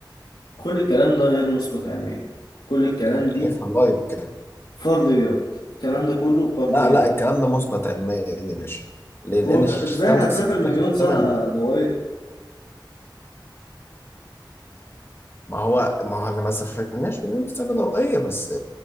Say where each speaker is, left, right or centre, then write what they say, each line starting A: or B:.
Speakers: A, on the left; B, on the left.
A: كل الكلام ده غير مثبت علميا كل الكلام
B: هبقى
A: دي
B: شايفها لايف كده
A: فرضيات الكلام ده كله فرضيات
B: لا لا الكلام ده مثبت علميا يا باشا ليه؟
A: طب
B: لأن
A: انت
B: الشمس
A: ازاي هتسافر
B: بتاخد
A: مليون سنة
B: 8 دقايق
A: ضوئية
B: ما هو ما هو احنا ما سافرناش مليون سنة ضوئية بس